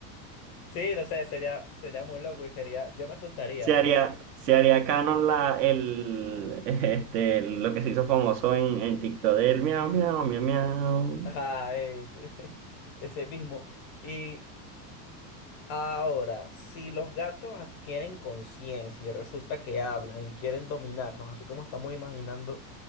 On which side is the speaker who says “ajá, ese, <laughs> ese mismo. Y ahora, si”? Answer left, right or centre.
Left